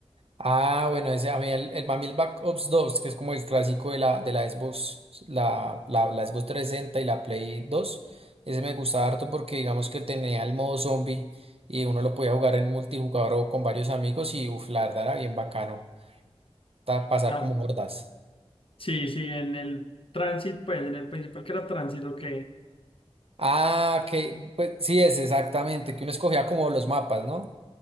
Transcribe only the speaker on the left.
Ah.
Sí, sí, en el Transit, pues en el principal que era Transit, ok.